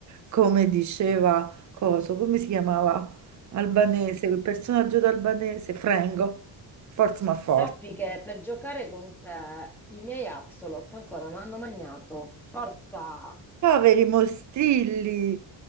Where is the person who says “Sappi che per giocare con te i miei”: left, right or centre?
Centre